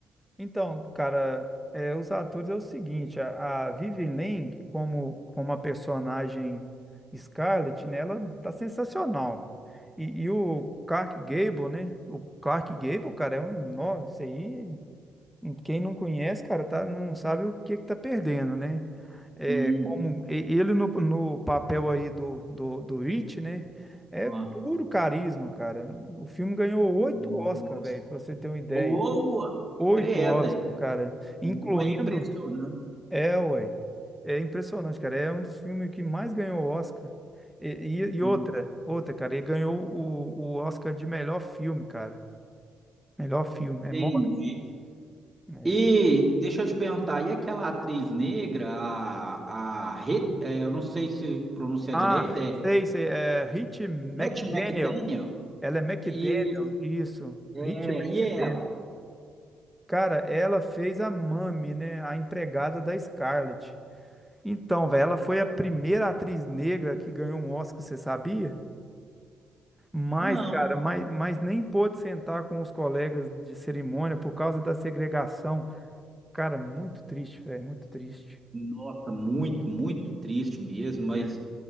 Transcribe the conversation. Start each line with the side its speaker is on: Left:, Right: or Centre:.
Centre: Então, cara, é, os atores é o seguinte, a, a Vivien Leigh, como, como a personagem Scarlett, né, ela tá sensacional. E, e o Clark Gable, né, o Clark Gable, cara, é um, nossa, isso aí, quem não conhece, cara, tá, não sabe o que que tá perdendo, né? É,
Right: Hum,
Centre: como e- ele no, no papel aí do, do, do Rich, né, é
Right: ah,
Centre: puro carisma, cara. O filme ganhou
Right: nossa.
Centre: oito Oscar, velho, pra você ter uma ideia.
Right: Boa,
Centre: Oito
Right: credem.
Centre: Oscar, cara. Incluindo.
Right: Boa, impressionante.
Centre: É, ué. É impressionante, cara. É um dos filmes que mais ganhou Oscar. E, e- e
Right: Uhum,
Centre: outra, outra, cara. Ele ganhou o, o Oscar de melhor filme, cara. Melhor filme. É,
Right: Entendi.
Centre: mó- é.
Right: E deixa eu te perguntar, e aquela atriz negra, a, a Re- é, eu não sei se pronunciar
Centre: Ah,
Right: direito, é
Centre: sei, sei. É Rich McDaniel.
Right: Hattie McDaniel?
Centre: Ela é McDaniel,
Right: E,
Centre: isso.
Right: é,
Centre: Rich McDaniel.
Right: e ela?
Centre: Cara, ela fez a Mami, né? A empregada da Scarlett. Então, velho, ela foi a primeira atriz negra que ganhou um Oscar, você sabia? Mas,
Right: Não.
Centre: cara, mas, mas nem pôde sentar com os colegas de cerimônia por causa da segregação. Cara, muito triste, velho, muito triste.
Right: Nossa, muito, muito triste mesmo, mas
Centre: É.